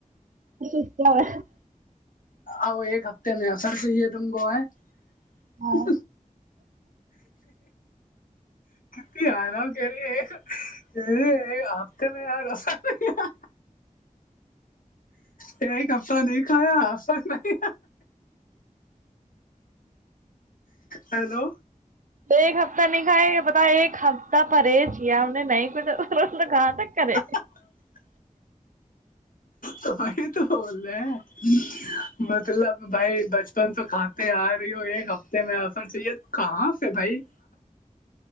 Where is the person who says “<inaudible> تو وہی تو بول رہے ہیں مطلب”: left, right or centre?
Left